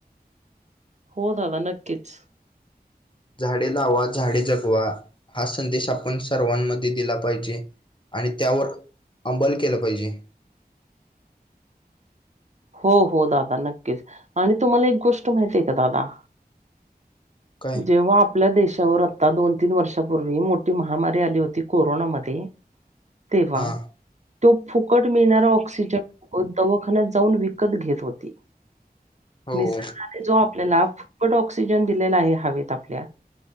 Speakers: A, on the right; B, on the left.
A: हो, दादा, नक्कीच.
B: झाडे लावा, झाडे जगवा. हा संदेश आपण सर्वांमध्ये दिला पाहिजे. आणि त्यावर अंमल केलं पाहिजे.
A: हो-हो, दादा, नक्कीच आणि तुम्हाला एक गोष्ट माहिती आहे का, दादा?
B: काय
A: जेव्हा आप आपल्या देशावर आता दोन-तीन वर्षापूर्वी मोठी महामारी आली होती कोरोनामध्ये. तेव्हा,
B: हा
A: तो फुकट मिळणारा ऑक्सिजन दवाखान्यात जाऊन जाऊन विकत घेत होती.
B: हो
A: निसर्गाने जो आपल्याला फुकट ऑक्स ऑक्सिजन दिलेला आहे हवेत आपल्या.